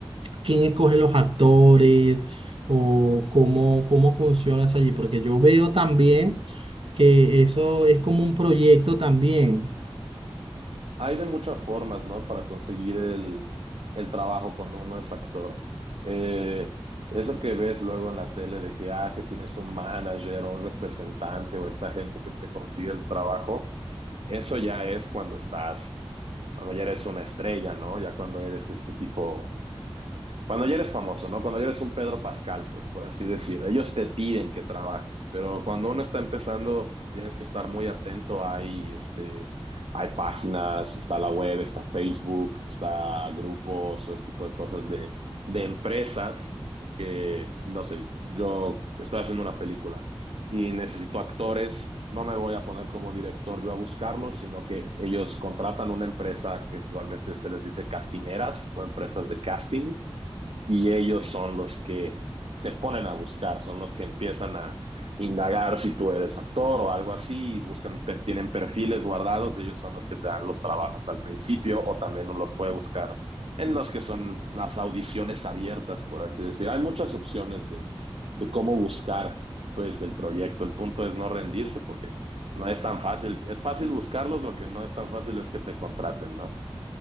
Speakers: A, on the right; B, on the right.
A: quién escoge los actores o cómo, cómo funciona eso allí, porque yo veo también que eso es como un proyecto también.
B: Hay de muchas formas, ¿no? Para conseguir el, el trabajo cuando uno es actor. Eh, eso que ves luego en la tele de que, ah, que tienes un manager o un representante o esta gente que te consigue el trabajo, eso ya es cuando estás, cuando ya eres una estrella, ¿no? Ya cuando eres este tipo cuando ya eres famoso, ¿no? Cuando ya eres un Pedro Pascal, pues por así decir, ellos te piden que trabajes, pero cuando uno está empezando, tienes que estar muy atento. Hay, este, hay páginas, está la web, está Facebook, está grupos o este tipo de cosas de, de empresas que, no sé, yo estoy haciendo una película y necesito actores, no me voy a poner como director yo a buscarlos, sino que ellos contratan una empresa que usualmente se les dice castineras o empresas de casting y ellos son los que se ponen a buscar, son los que empiezan a indagar si tú eres actor o algo así, y buscan, tienen perfiles guardados, y ellos son los que te dan los trabajos al principio o también uno los puede buscar en los que son las audiciones abiertas, por así decir. Hay muchas opciones de, de cómo buscar pues el proyecto. El punto es no rendirse porque no es tan fácil. Es fácil buscarlos, lo que no es tan fácil es que te contraten, ¿no?